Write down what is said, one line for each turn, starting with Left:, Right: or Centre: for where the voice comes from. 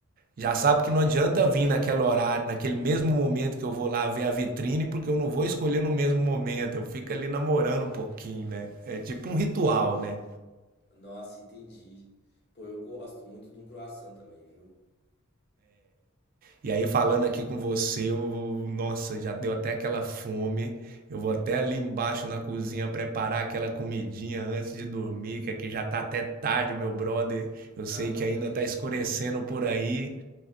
Right: já sabe que não adianta vir naquele horário, naquele mesmo momento que eu vou lá ver a vitrine, porque eu não vou escolher no mesmo momento. Eu fico ali namorando um pouquinho, né? É tipo um ritual, né?
Left: Nossa, entendi. Pô, eu gosto muito de um croissant também, viu?
Right: E aí, falando aqui com você, eu, nossa, já deu até aquela fome. Eu vou até ali embaixo na cozinha preparar aquela comidinha antes de dormir, que aqui já tá até tarde, meu brother. Eu
Left: Ah,
Right: sei
Left: não,
Right: que ainda
Left: beleza.
Right: tá escurecendo por aí.